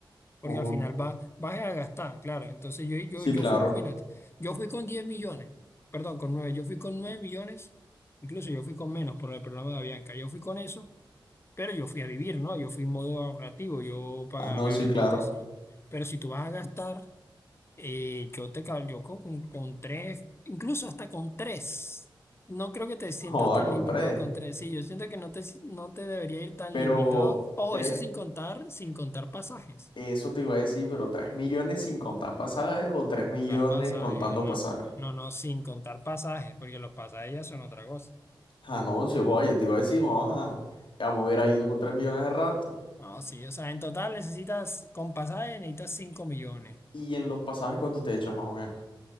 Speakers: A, on the left; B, on the left.
A: Porque
B: Ok.
A: al final va, vas a gastar, claro. Entonces yo, yo,
B: Sí,
A: yo
B: claro.
A: fui, mírate, yo fui con 10 millones, perdón, con nueve, yo fui con nueve millones, incluso yo fui con menos por el programa de Bianca, yo fui con eso, pero yo fui a vivir, ¿no? Yo fui en modo ahorrativo, yo pagaba
B: Ah, no,
A: mi
B: sí,
A: agrandito
B: claro.
A: así. Pero si tú vas a gastar eh, yo te calculo con, con tres, incluso hasta con tres. No creo que te
B: <laughs>
A: sientas
B: Joda
A: tan
B: con
A: limitado
B: tres.
A: con tres. Sí, yo siento que no te, si- no te debería ir tan
B: Pero
A: limitado. Ojo,
B: tres,
A: eso sin contar, sin contar pasajes.
B: eso te iba a decir, pero tres millones sin contar pasajes o tres
A: Contar
B: millones
A: pasajes,
B: contando
A: ¿no?
B: pasajes.
A: No, no, sin contar pasajes, porque los pasajes ya son otra cosa.
B: Ah, no, sí, joda, yo te iba a decir, joda, ya me hubiera ido con tres millones de rato.
A: No, sí, o sea, en total necesitas, con pasajes necesitas 5 millones.
B: Y en los pasajes, ¿cuánto te echas más o menos?